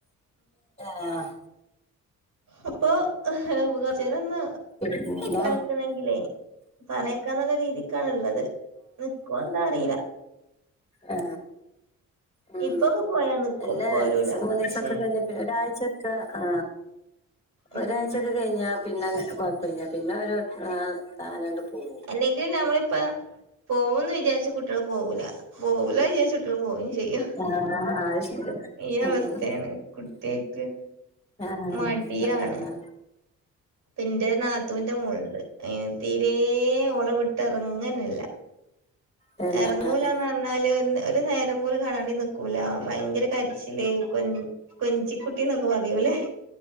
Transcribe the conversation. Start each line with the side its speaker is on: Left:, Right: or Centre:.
Left: അഹ്
Right: അപ്പൊ ഉ കൊറച്ചേചരൊന്ന്
Left: പിന്നെ
Right: നക്കണെങ്കിലേ പറയേക്കാന്നുള്ള രീതിക്കാണ് ഉള്ളത് നിക്കുവോ എന്താ അറിയില്ല
Left: ആ ഉ
Right: ഇപ്പൊക്കെ പോയാ നിക്കും
Left: എല്ലാരാണ്ടസൊ
Right: പോരൂല
Left: മൂന്നിസക്കെ
Right: പക്ഷെ
Left: കഴി ഒരാഴ്ചക്കെ ആ
Right: ഉം
Left: ഒരാഴ്ചക്കെ കഴിഞ്ഞ പിന്നെ കുഴപ്പില്ല പിന്നെ ഒരു സാനണ്ട് പോകും
Right: അല്ലെങ്കിൽ നമ്മളിപ്പ പോകന്ന് വിചാരിച്ചു കുട്ടികൾ പോകില്ല പോകൂല വിചാരിച്ച കുട്ടികൾക്ക് പോക ചെയ്യ
Left: ആഹ് അത് ശരിയാ
Right: ഈ അവസ്ഥയാണ്
Left: ഉം
Right: കുട്ടികക്ക്
Left: ആഹ്
Right: മടിയാണ്
Left: അതന്നെ
Right: എന്റെ നാത്തുവിന്റെ മോളുണ്ട് അന് തീരെ ഓളെ വിട്ട് ഇറങ്ങനല്ല
Left: പിന്നെ
Right: എറങ്ങൂലാണ്
Left: ആഹ്
Right: ന്നാല് ഒരു നേരം പോലും കാണാണ്ടിനിക്കൂല ഭയങ്കര കരച്ചില് കൊ കൊഞ്ചിക്കുട്ടിന്നൊക്കെ പറയൂല്ലേ